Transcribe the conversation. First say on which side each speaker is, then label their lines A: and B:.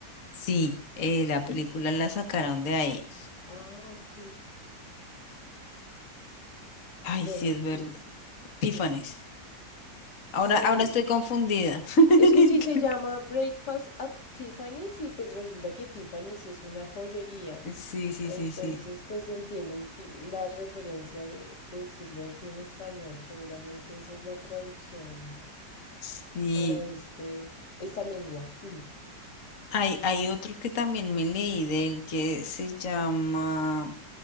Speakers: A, on the left; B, on the left.
A: sí, eh, la película la sacaron de ahí.
B: Ah, ok.
A: Ay,
B: Bueno,
A: sí, es
B: ¿y qué,
A: verdad. Tiffany's.
B: qué? Sí,
A: Ahora, ahora estoy confundida. <laughs>
B: es que sí se llama Breakfast at Tiffany's y pues resulta que Tiffany's es una joyería.
A: Sí, sí,
B: Entonces,
A: sí, sí.
B: pues entiendo que la referencia de, de decirlo así en español, seguramente esa es la traducción
A: Sí.
B: para este, esta lengua. Ujú.
A: Hay, hay otro que también me leí de él que se llama...